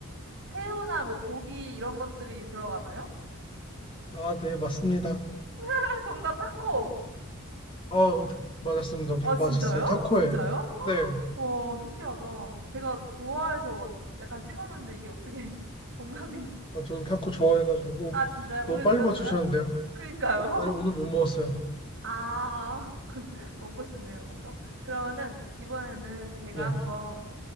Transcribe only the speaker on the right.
새우나 뭐 고기 이런 것들이 들어가나요?
아 정답 타코.
아 진짜요?
진짜요? <gasps>
와 신기하다. 제가 좋아해서 막 약간 찍었는데 이게 어떻게 <laughs> 정답이
아 진짜요?
오늘
드셨어요?
그니까요.
<laughs>
아. <laughs> 먹고 싶네요 뭔가. 그러면은 이번에는 제가
한번